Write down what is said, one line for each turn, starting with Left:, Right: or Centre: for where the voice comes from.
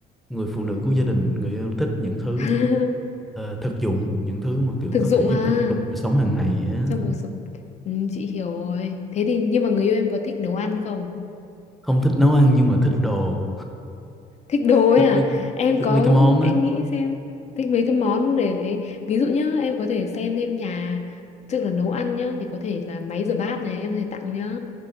Centre: người phụ nữ của gia đình người yêu thích những thứ
Left: <laughs>
Centre: ờ, thực dụng những thứ mà kiểu
Left: thực
Centre: có
Left: dụng
Centre: thể giúp
Left: à
Centre: ích trong đời sống hàng ngày á
Left: trong cuộc sống ừ, chị hiểu rồi thế thì nhưng mà người yêu em có thích nấu ăn không
Centre: không thích nấu ăn nhưng mà thích đồ
Left: thích đồ ấy
Centre: thích
Left: à
Centre: mấy cái,
Left: em
Centre: thích
Left: có
Centre: mấy cái món á
Left: em nghĩ xem thích mấy cái món để đấy ví dụ nhá em có thể xem thêm nhà tức là nấu ăn nhá thì có thể là máy rửa bát này em có thể tặng nhá